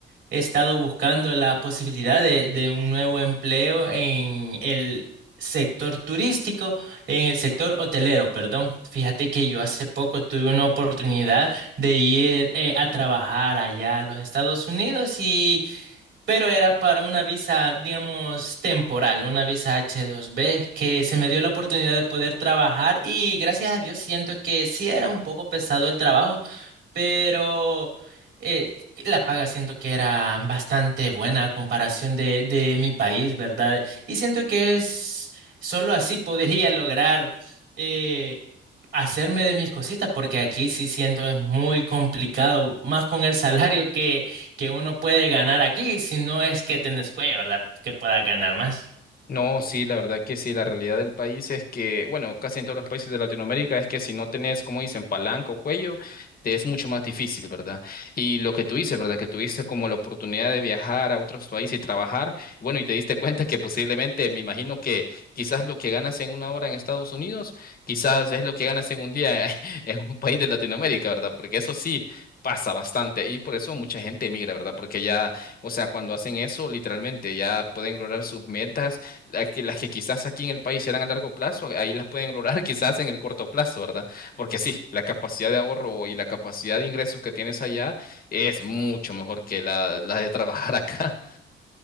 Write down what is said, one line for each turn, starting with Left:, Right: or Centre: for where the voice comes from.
Right: He estado buscando la posibilidad de, de un nuevo empleo en el sector turístico, en el sector hotelero, perdón. Fíjate que yo hace poco tuve una oportunidad de ir eh, a trabajar allá a los Estados Unidos y, pero era para una visa, digamos, temporal, una visa H2B que se me dio la oportunidad de poder trabajar y gracias a Dios siento que sí era un poco pesado el trabajo pero eh, la paga siento que era bastante buena a comparación de, de mi país, ¿verdad? Y siento que es solo así podría <laughs> lograr eh, hacerme de mis cositas, porque aquí sí siento es muy complicado, más con el salario que, que uno puede ganar aquí, si no es que tenés cuello, ¿verdad? Que pueda ganar más.
Left: No, sí, la verdad que sí, la realidad del país es que, bueno, casi en todos los países de Latinoamérica es que si no tenés, como dicen, palanca o cuello, te es mucho más difícil, ¿verdad? Y lo que tú dices, ¿verdad? Que tuviste como la oportunidad de viajar a otros países y trabajar, bueno, y te diste cuenta que posiblemente, me imagino que quizás lo que ganas en una hora en Estados Unidos, quizás es lo que ganas en un día <laughs> en un país de Latinoamérica, ¿verdad? Porque eso sí pasa bastante y por eso mucha gente emigra, ¿verdad? Porque ya, o sea, cuando hacen eso, literalmente ya pueden lograr sus metas las que- las que quizás aquí en el país eran a largo plazo, ahí las pueden lograr <laughs> quizás en el corto plazo, ¿verdad? Porque sí, la capacidad de ahorro y la capacidad de ingresos que tienes allá es mucho mejor que la, la de trabajar <laughs> acá.